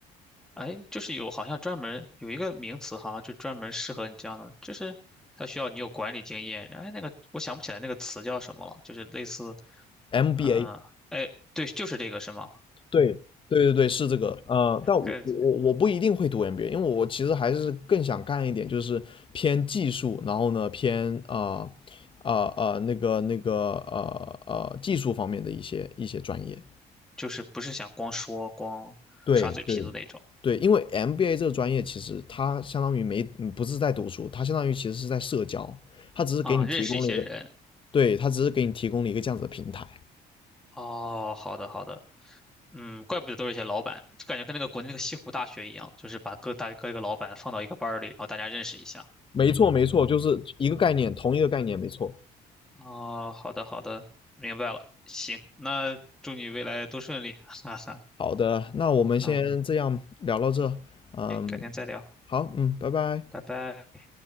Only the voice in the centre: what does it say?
哎，就是有好像专门有一个名词，好像就专门适合你这样的，就是它需要你有管理经验。哎，那个我想不起来那个词叫什么了，就是类似，
呃，哎，对，就是这个是吗？
呃，
就是不是想光说光耍嘴皮子那种
啊，认识一些人。
哦，好的好的，嗯，怪不得都是一些老板，就感觉跟那个国内那个西湖大学一样，就是把各大各个老板放到一个班儿里，然后大家认识一下。
哦，好的好的，明白了。行，那祝你未来都顺利，<laughs> 哈哈。
嗯，
行，改天再聊，
拜拜。